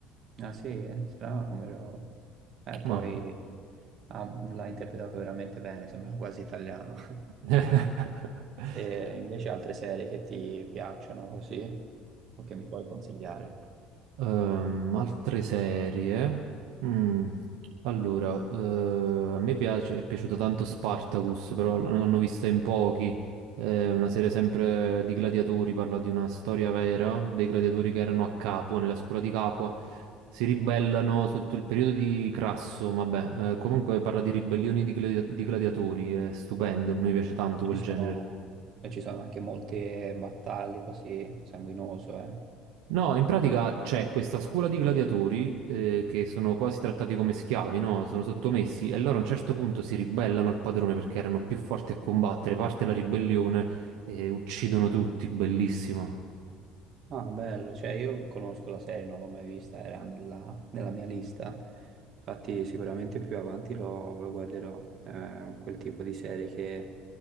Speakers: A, on the right (about 50°); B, on the right (about 75°).
A: Ah sì, eh? strano come roba. Eh, poi
B: Ma...
A: ha- l'ha interpretato veramente bene, sembrava quasi italiano. <laughs>
B: <laughs>
A: E invece altre serie che ti piacciono così o che mi puoi consigliare?
B: Ehm, altre serie. Mm, Allora, eh, a me piace, è piaciuta tanto Spartacus, però l- l'hanno vista in pochi. È una serie sempre di gladiatori, parla di una storia vera, dei gladiatori che erano a Capua, nella scuola di Capua, si ribellano sotto il periodo di Crasso, vabbè, eh, comunque parla di ribellioni di, gladi- di gladiatori, è stupendo, mi piace tanto
A: Ci
B: quel
A: sono,
B: genere.
A: e ci sono anche molte battaglie così, sanguinoso, eh.
B: No, in pratica c'è questa scuola di gladiatori eh, che sono quasi trattati come schiavi, no? Sono sottomessi e loro a un certo punto si ribellano al padrone perché erano più forti a combattere, parte la ribellione e uccidono tutti, bellissimo.
A: Ah, bello, cioè io conosco la serie, non l'ho mai vista, era nella, nella mia lista, infatti sicuramente più avanti lo, lo guarderò, eh, quel tipo di serie che